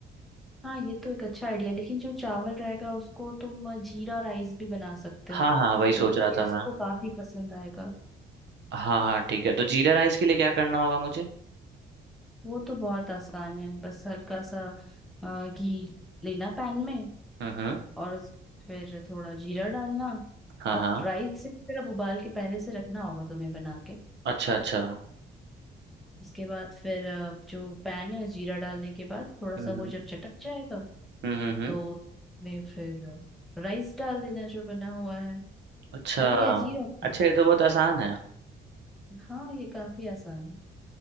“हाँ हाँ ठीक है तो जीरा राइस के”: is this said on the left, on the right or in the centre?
Right